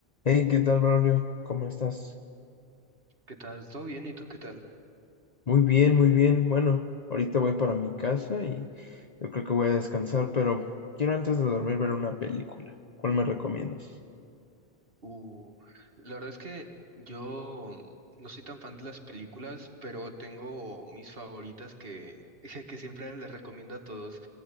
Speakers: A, on the left; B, on the right.
A: Hey, ¿qué tal, Braulio? ¿Cómo estás?
B: ¿Qué tal? ¿Todo bien? ¿Y tú qué tal?
A: Muy bien, muy bien. Bueno, ahorita voy para mi casa y yo creo que voy a descansar, pero quiero antes de dormir ver una película. ¿Cuál me recomiendas?
B: Uh, la verdad es que yo no soy tan fan de las películas, pero tengo mis favoritas que, <laughs> que siempre les recomiendo a todos.